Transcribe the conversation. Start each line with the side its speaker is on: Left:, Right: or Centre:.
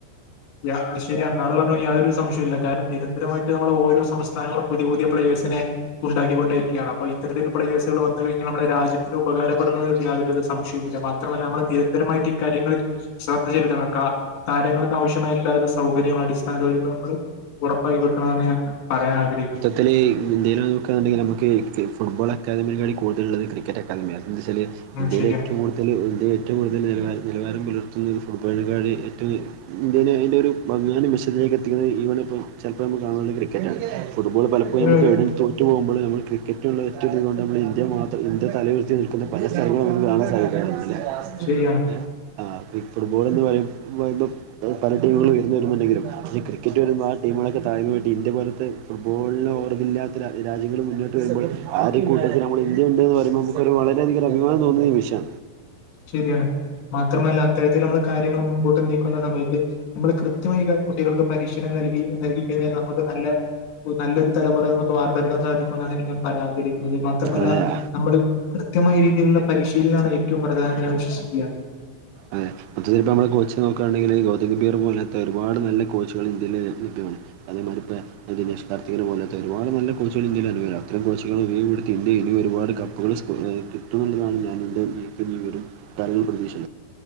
Left: ഇല്ല അത് ശരിയാണ് താങ്ങൾ പറഞ്ഞ യാതൊരു സംശയവുമില്ല കാരണം നിരന്തരമായി നമ്മൾ ഓരോ സംസ്ഥാനങ്ങളും പുതിയ പുതിയ പ്ലയേഴ്സിനെ ഉണ്ടാക്കിക്കൊണ്ടേരിക്കാണ് അപ്പോ ഇത്തരത്തിൽ പ്ലേസുകൾ വന്നു കഴിഞ്ഞൽ നമ്മളെ രാജ്യത്തിന് ഉപകാരപ്പെടുന്ന സംശയില്ല മാത്രമല്ല നമൾ നിരന്തരമായിട്ട് കാര്യങ്ങളിൽ ശ്രദ്ധചെലുത്തണം. ക്കാ താരങ്ങൾക്ക് ആവശ്യമായ എല്ലാവിധ സൗകര്യങ്ങള അടിസ്ഥ താൻ കാര്യങ്ങൾ നമ്മൾ ഉറപ്പായി കൊടുക്കണെന്ന് ഞാൻ പറയാൻ ആഗ്രഹിക്കുന്നു.
Right: ഇതല് ഇന്ത്യെൽ നോക്കാന്നിണ്ടെങ്കിൽ നമുക്ക് ഫുട്ബോൾ അക്കാദമി കൂടുതലള്ളത് ക്രിക്കറ്റ് അക്കാദമ്യാ കാരണെന്തച്ചാൽ.
Left: ഉം
Right: ഇന്ത്യേൽ
Left: ശരിയാണ്.
Right: ഏറ്റും കൂട്തൽ. ഏറ്റും കൂടുതൽ നിലവാര നിലവാരം പുലർത്തുന്നത് ഫുട്ബോള്ക്കാര് ഏറ്റും ഇന്ത്യൽ അതിന്റെ ഒരുപതി. ച്ചിലേക്ക് എത്തിക്കുന്നത് ഈവണിപ്പോ ചെലപ്പോ നമള് കാണുന്നത് ക്രിക്കറ്റാണ് ഫുട്ബോൾ പലപ്പോഴും
Left: അതെ,
Right: നമുക്കെവിടെ
Left: അതെ,
Right: തോൽ റ്റ് പോവുമ്പള് നമ്മ ക്രിക്കറ്റുള്ള ഒറ്റിരിതോണ്ട് നമ്മള് ഇന്ത്യ മാത്ര ഇന്ത്യ തലയിരുത്തി നിൽക്കുന്ന പലസ്ഥലങ്ങളും നമുകാണാസാധിക്കും. ലേ.
Left: ശരിയാണ്.
Right: ആ ഈ ഫുട്ബോൾ എന്ന് പറ പറയ്പ പല ടീമുകളും ഉയർന്ന് വരുന്നുണ്ടെങ്കിലും. പക്ഷെ ക്രിക്കറ്റ് വരുമ്പൾ ആ ടീമെളൊക്കെ താഴ്ന്ന് പോയിട്ട് ഇന്ത്യ പോലത്തെ ഫുട്ബോളിനെ ഓവറില്ലാത്ത രാജ്യങ്ങള് മുന്നോട്ട് വരുമ്പോൾ. ആ ഒരു കൂട്ടത്തിൽനമ്മള്ന്ത്യുണ്ടെന്ന് പറയുമ്പോ നമക്കൊരു വളരെയദികം അഭിമാനതോന്നുന്ന നിമിഷാ.
Left: ശെരിയാണ് മാത്രമല്ല അത്തരത്തിൽ നമ്മള് കാര്യങ്ങൾ മുമ്പോട്ട് നീക്കുന്ന സമയത്ത്. നമ്മൾ കൃത്യമായി കുട്ടികൾക്ക് പരിശീലനം നൽകി കഴി കഴിഞ്ഞാൽ നമുക്ക്. നല്ല നല്ലൊരു തലമുറ നമുക്ക് വാർത്തെടുക്കാൻ സാധിക്കും എന്നണെങ്കിൽ പറയാൻ ആ എന്നത് മാത്രമല്ല
Right: അതെയാ
Left: നമ്മള് കൃത്യമായി രീതിയിലുള്ള പരിശീലനാണ് ഏറ്റും പ്രധാനം ഞാൻ വിശ്വസിക്കാണ്.
Right: അതെ. അത്ചെലപ്പം കോച്ച് നോക്കുകയാണെങ്കിൽ ഗൗതംഗബീർ പോലത്തെ ഒരുപാട് നല്ല കോച്ചുകൾ ഇന്ത്യയി ലഭ്യമാണ്. അതേമാതിരിപ്പ. ദിന് കാർത്തികന് പോലത്തെ ഒരുപാട് നല്ല കോച്ചുകള് ഇന്ത്യൽ അനുകൂല അത്തരം കോച്ചുകള് ഉപയോഗപ്പെടുത്തി ഇന്ത്യ ഇനി ഒരുപാട് കപ്പുകൾ. കിട്ടുമെന്നതാണ് ഞാൻ എൻ്റെവല്യോരു തല പ്രതീക്ഷ.